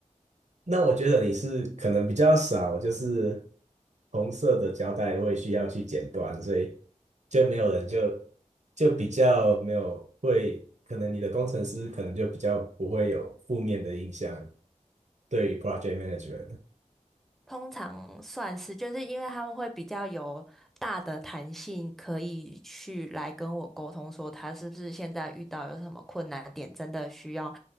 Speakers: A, on the right; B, in the centre.
A: 那我觉得你是可能比较少，就是红色的胶带会需要去剪断，所以就没有人就就比较没有会，可能你的工程师可能就比较不会有负面的印象对于 project management。
B: 通常算是就是因为他们会比较有大的弹性，可以去来跟我沟通说他是不是现在遇到有什么困难点，真的需要